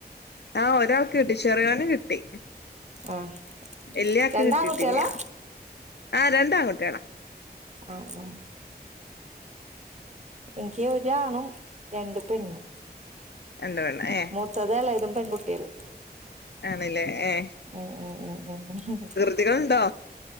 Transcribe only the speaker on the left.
ആ ഒരാൾ കിട്ടി ചെറിയോൻ കി ട്ടി
വല്ല്യ ആൾക്ക്
കിട്ടിട്ടില്ല ആ രണ്ടാ ആൺകുട്ടിയാള
രണ്ട് പെണ്ണ് ഏ
ആണല്ലേ ഏ
വകൃതികളുണ്ടോ